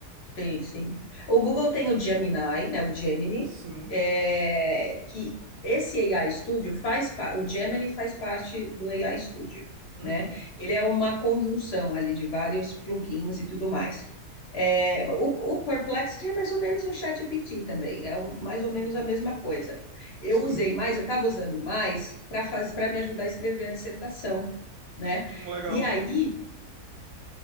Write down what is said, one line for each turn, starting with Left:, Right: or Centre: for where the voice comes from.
Left: Sim, sim. O Google tem o Gemini, né? O Gemini,
Right: Sim.
Left: é, que esse AI Studio faz parte, o Gemini faz parte do AI Studio,
Right: Uhum.
Left: né? Ele é uma conjunção ali de vários plugins e tudo mais. É, o, o Perplexity é mais ou menos um ChatGPT também, é um- mais ou menos
Right: Uhum.
Left: a mesma coisa. Eu
Right: Sim.
Left: usei mais, eu estava usando mais para fazer, para me ajudar a escrever a dissertação, né?
Right: Hum, Legal.
Left: E aí